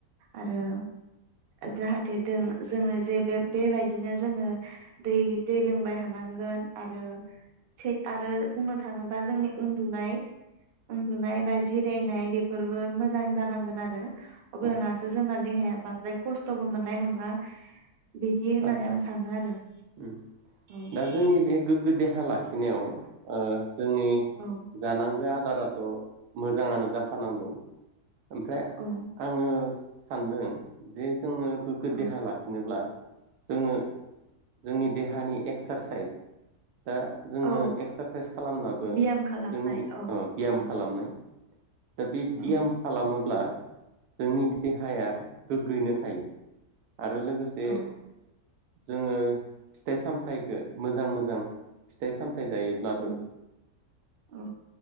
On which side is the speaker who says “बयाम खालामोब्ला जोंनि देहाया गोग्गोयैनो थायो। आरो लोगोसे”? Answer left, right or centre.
Right